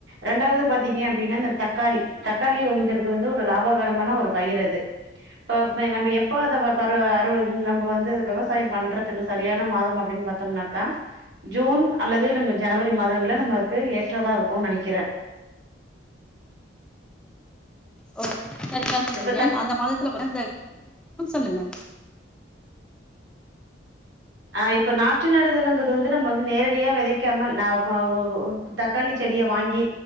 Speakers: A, on the right; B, in the centre.
A: ரெண்டாவது பாத்தீ ஏ அப்டின்னா இந்த தக்காளி தக்காளி ஒங்கறது வந்து ஒரு லாபகரமான ஒரு பயிரது இப்ப நம்ம எப்ப அத வ பருவ அறுவ நம்ம வந்து அது விவசாயம் பண்றதுக்கு சரியான மாதம் அப்படின்னு பாத்தம்னாக்கா ஜூன் அல்லது நம்ம ஜனவரி மாதங்கள நமக்கு ஏற்றதா இருக்குனு நெனக்கிறே
B: ஓ சரிங்க சொன்னிங்க
A: இப்ப தக்
B: அந்த மாதத்துல பொறந்த உம் சொல்லுங்க
A: ஆஹ் இப்ப நாற்று நடுதலுங்கறது வந்து நம்ம வந்து நேரடியா வெதைக்காம ந ப ஒ ஒ தக்காளி செடிய வாங்கி